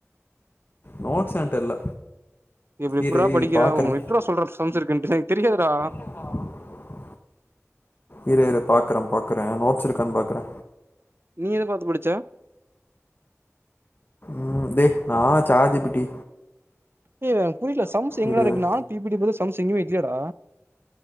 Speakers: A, on the left; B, on the right.
A: நோட்ஸ் என்ட இல்ல
B: இப்ப எப்புட்ரா
A: இரு இரு
B: படிக்கிற
A: பாக்குறே
B: உங் எப்பிடா சொல்ற சம்ஸ் இருக்குன்ட்டு எனக் தெரியாதுரா
A: ஆ இரு இரு பாக்குற பாக்குற நோட்ஸ் இருக்கான் பாக்குற
B: நீ எத பாத்து படிச்ச
A: ம் டே நா சாட்ஜிபிட்டி
B: ஏ எனக் புரியில சம்ஸ் எங்கருக்கு
A: இரு இரு
B: நானு பிபிடி போட்ட சம்ஸ் எங்கியு இல்லியேடா